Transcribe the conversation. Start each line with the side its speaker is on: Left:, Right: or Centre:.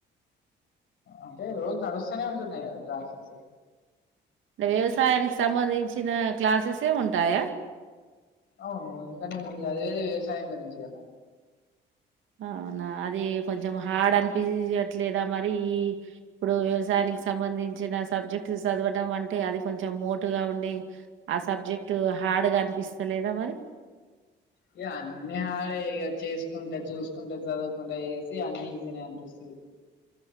Left: అంటే రోజు నడుస్తూనే ఉంటున్నాయి కదా క్లాస్సేస్
Right: టే వ్యవసాయానికి సంబంధించిన క్లాసుసే ఉంటాయా
Left: అవును ఎందుకంటే చదివెదే వ్యవసాయం గురించి కదా
Right: అవునా అది కొంచెం హాడ్ అనిపియట్లేదా మరి ఈ ఇప్పుడు వ్యవసాయానికి సంబంధించిన సబ్జెక్ట్ చదవడం అంటే అది కొంచెం మోటుగా ఉండి ఆ సబ్జెక్ట్ హాడ్గా అనిపిస్తలేదా మరి
Left: ఇగా అన్ని హడే ఇగా చేస్ కుంట చూసుకుంట చదువుకుంట చేసి స అన్ని ఈజీని అనిపిస్తుంది.